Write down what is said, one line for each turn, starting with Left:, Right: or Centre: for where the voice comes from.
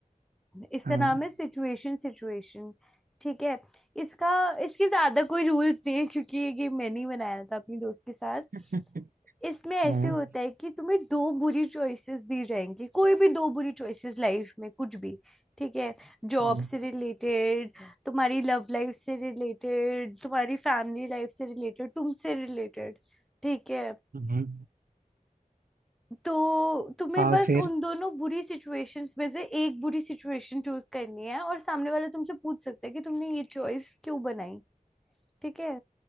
Centre: इसका
Right: हाँ
Centre: नाम है सिचुएशन सिचुएशन ठीक है इसका इसके ज्यादा कोई रूल्स नहीं है क्योंकि ये गेम मैंने ही बनाया था अपनी दोस्त के साथ
Right: <laughs>
Centre: इसमें ऐसे
Right: हाँ
Centre: होता है कि तुम्हें दो बुरी चॉइसेस दी जाएंगी कोई भी दो बुरी चॉइसेस लाइफ में कुछ भी ठीक है जॉब
Right: हाँ
Centre: से रिलेटेड तुम्हारी लव लाइफ से रिलेटेड तुम्हारी फैमिली लाइफ से रिलेटेड तुमसे रिलेटेड ठीक है
Right: हम्म।
Centre: तो तुम्हें
Right: और
Centre: बस
Right: फिर
Centre: उन दोनों बुरी सिचुएशंस में से एक बुरी सिचुएशन चूज करनी है और सामने वाला तुमसे पूछ सकता है कि तुमने ये चॉइस क्यों बनाई ठीक है